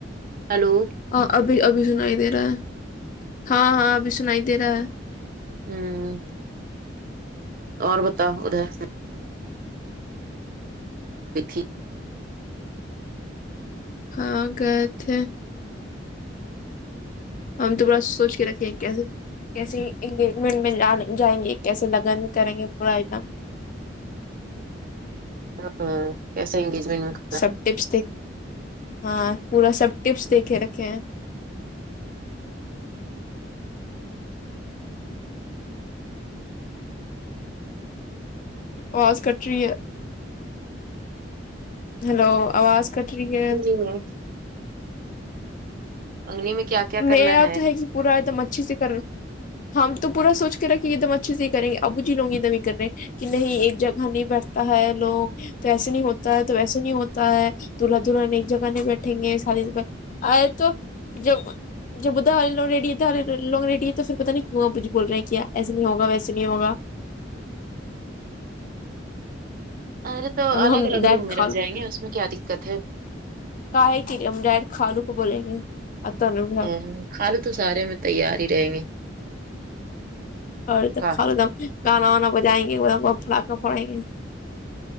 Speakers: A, on the right (about 50°); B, on the left (about 45°).
A: ہیلو
B: ہاں ابھی ابھی سنائی دے رہا ہے ہاں ہاں ابھی سنائی دے رہا ہے
A: ہاں اور بتاؤ ادھر تھی
B: ہاں گئے تھے ہم تو بڑا سوچ کے رکھے ہیں کیسے کیسے انگیجمنٹ میں جائیں گے کیسے لگن کریں گے پورا ایک دم
A: ہاں ایسا انگیجمٹ میں
B: سب ٹیپس دیک ہاں پورا سب ٹیپس دیکھے رکھے ہیں آواز کٹ رہی ہے ہیلو آواز کٹ رہی ہے
A: ہمم انگنی میں کیا کیا کرنا
B: میں تو ہے کہ پورا ایک دم اچھے سے کرو ہم تو پورا سوچ کے رکھے ایک دم اچھے سے ہی کریںے ابو جی ہوں گے تو نہیں کرنے دیں گے کہ نہیں ایک جگہ نہیں بیٹھتا ہے لوگ تو ایسے نہیں ہوتا ہے تو ویسے نہیں ہوتا ہے دلہا دلہان ایک جگہ نہیں بیٹھیں گے سادیگہ آئے تو جب جب بدا ہرے لوگ ریڈی ہے تو ارے لوگ ریڈی ہے تو پھر پتا نہیں کیوںا کچھ بول رہے ہیں کیا ایسے نہیں ہوگ ویسے نہیں ہوگ
A: ارے تو
B: ہم
A: الگ
B: ہم
A: الگ
B: ڈائریکٹ
A: روم میں
B: کھا
A: رہ جائیں گے اس میں کیا دقت ہے
B: کہ ہے کہ ہم ڈائریکٹ خالو کو بولیں گے <unintelligible>
A: ہ خالو تو سارے میں تیار ہی رہیں گے
B: اور
A: کا
B: ک ایک دم گانا وانا بجائیں گے ایکم پھڑا کر پھڑیں گے